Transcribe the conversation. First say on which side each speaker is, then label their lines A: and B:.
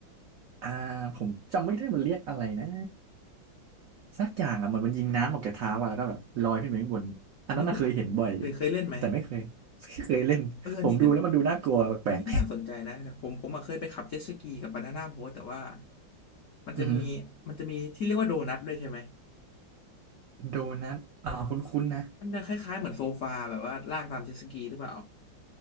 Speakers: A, on the right; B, on the left.
A: อ่าผมจำไม่ได้มันเรียกอะไรนะสักอย่างอ่ะเหมือนมันยิงน้ำออกจากเท้าอ่ะแล้วก็แบบลอยขึ้นไปข้างบนอันนั้นน่ะเคยเห็นบ่อยอยู่
B: อันนี้คุณเคยเคยเล่นไหม
A: แต่ไม่เคยไม่เคยเล่นผมดูแล้วมันดูน่ากลัวแปลก
B: เอออันนี้ก็อันนี้ก็น่าสนใจนะแต่ผมผมอะเคยไปขับเจ็ตสกีกับบานาน่าโบ๊ทแต่ว่า
A: ๆอือหือ
B: มันจะมีมันจะมีที่เรียกว่าโดนัทด้วยใช่ไหม
A: โดนัทอ่าคุ้นๆนะ
B: มันจะคล้ายๆเหมือนโซฟาแบบว่าลากตามเจ็ตสกีหรือเปล่า